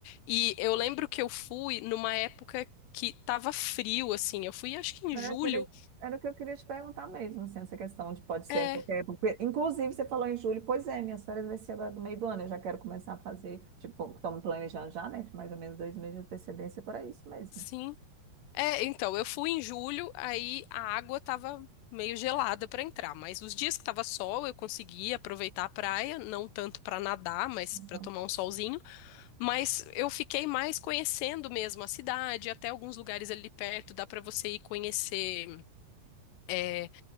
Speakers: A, on the left; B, on the right.
A: E eu lembro que eu fui numa época que tava frio, assim. Eu fui, acho que em
B: Era,
A: julho.
B: queria- era o que eu queria te perguntar mesmo, assim, essa questão de pode ser
A: É,
B: em qualquer época. Porque, Inclusive, você falou em julho, pois é, minhas férias vai ser agora do meio do ano, eu já quero começar a fazer, tipo, estamos planejando já, né? Mais ou menos dois meses de antecedência para isso mesmo.
A: sim. É, então, eu fui em julho, aí a água tava meio gelada pra entrar, mas os dias que tava sol eu consegui aproveitar a praia, não tanto pra nadar, mas pra
B: Aham.
A: tomar um solzinho, mas eu fiquei mais conhecendo mesmo a cidade, até alguns lugares ali perto, dá pra você ir conhecer. é,